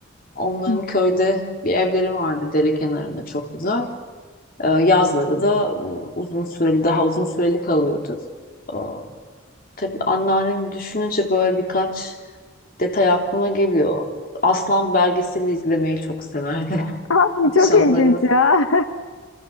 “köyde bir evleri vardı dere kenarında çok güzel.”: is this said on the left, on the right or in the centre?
Left